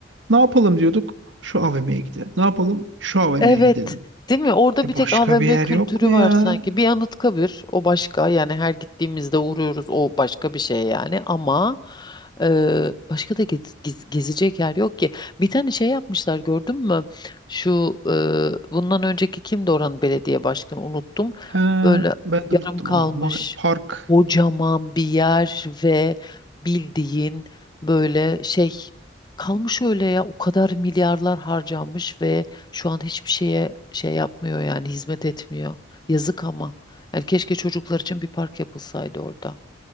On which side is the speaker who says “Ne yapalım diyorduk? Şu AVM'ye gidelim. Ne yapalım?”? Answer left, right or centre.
Right